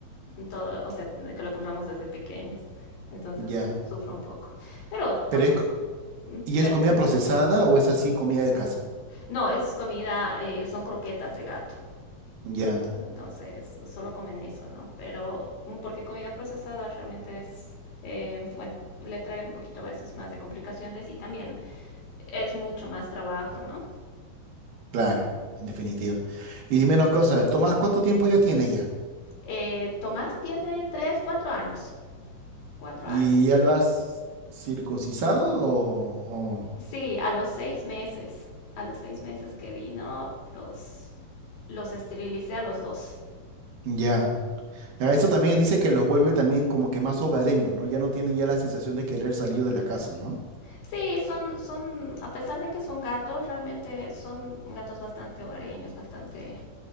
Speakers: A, on the left (about 70°); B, on the right (about 70°).
A: todo, o sea, de que lo compramos desde pequeños. Entonces
B: Ya.
A: sufro un poco. Pero por
B: Pero
A: su...
B: es, co- ¿y
A: perdón.
B: es comida procesada o es así comida de casa?
A: No, es comida, eh, son croquetas de gato.
B: Ya.
A: Entonces solo comen eso, ¿no? Pero mm, porque comida procesada realmente es, eh, bueno, le trae un poquito a veces más de complicaciones y también es mucho más trabajo, ¿no?
B: Claro, en definitiva. Y dime una cosa, Tomás, ¿cuánto tiempo ya tiene ya?
A: Eh, Tomás tiene 3, 4 años. cuatro
B: ¿Y
A: años.
B: ya lo has circuncisado o, o-
A: Sí, a los 6 meses. A los 6 meses que vino, los los esterilicé a los dos.
B: ya? Ah, Eso también dice que los vuelve también como que más hogareños, ¿no? Ya no tienen ya la sensación de querer salir de la casa, ¿no?
A: Sí, son, son, a pesar de que son gatos, realmente son gatos bastante hogareños, bastante,